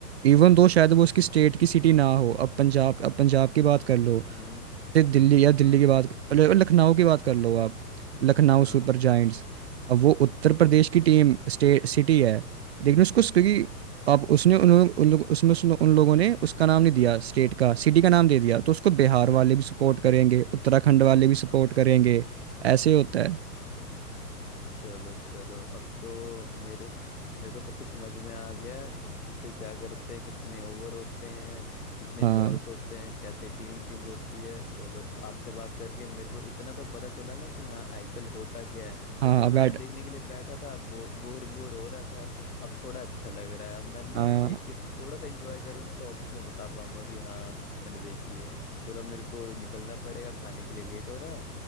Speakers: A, on the right; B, on the left.
A: इवन दो शायद
B: अच्छा
A: वो उसकी
B: हम्म
A: स्टेट की सिटी ना हो अब पंजाब अब पंजाब की बात कर लो
B: हम्म
A: फिर दिल्ली या दिल्ली
B: हाँ
A: की बात अरे, लखनऊ की बात कर लो आप लखनऊ
B: हाँ
A: सुपर जायंट्स अब वो उत्तर
B: हम्म
A: प्रदेश की टीम स्टेट सिटी है लेकिन उसको क्योंकि अब उसने उन लोग उन लोग उसमें उस लो- उन लोगों ने उसका नाम नहीं दिया स्टेट का सिटी का नाम दे दिया तो उसको बिहार वाले भी सपोर्ट करेंगे उत्तराखंड वाले भी सपोर्ट करेंगे ऐसे होता है
B: चलो चलो अब तो मेरे मेरे को सब कुछ समझ में आ गया है। किसे क्या करते हैं कितने ओवर होते हैं कितने
A: हाँ
B: बॉल्स होते हैं कैसे टीम चेंज होती है चलो तो आपसे बात करके मेरे को इतना तो पता चला ना कि हाँ आईपीएल होता क्या है नहीं
A: हाँ
B: तो अभी
A: बैट
B: मैं देखने के लिए बैठा था बोर बोर बोर हो रहा था अब थोड़ा अच्छा लग रहा है अब मैं ना
A: हाँ
B: देख के थोड़ा सा एंजॉय करूंगा तो ऑफिस में बता पाऊंगा कि हाँ मैंने देखी है चलो मेरे को निकलना पड़ेगा खाने के लिए लेट हो रहा है